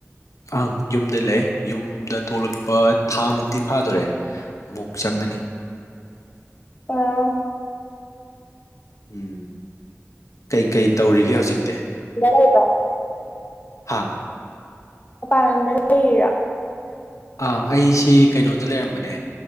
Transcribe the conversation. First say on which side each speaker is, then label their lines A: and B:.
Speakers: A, on the left; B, on the left.
A: ꯑꯪ ꯌꯨꯝꯗ ꯂꯩ ꯌꯨꯝꯗ ꯊꯣꯛꯂꯛꯄ ꯊꯥ ꯃꯨꯛꯇꯤ ꯐꯥꯗꯣꯔꯦ ꯑꯃꯨꯛ ꯆꯪꯉꯅꯤ <unintelligible>
B: ꯑꯥ
A: ꯎꯝ ꯀꯩꯀꯩ ꯇꯧꯔꯤꯒꯦ ꯍꯧꯖꯤꯛꯇꯤ
B: ꯍꯗ
A: ꯍꯥ
B: ꯃꯄꯥꯟ ꯂꯝꯗ ꯂꯩꯔꯤꯔꯣ
A: ꯑ ꯑꯩꯁꯤ ꯀꯩꯅꯣꯗ ꯂꯩꯔꯝꯕꯅꯦ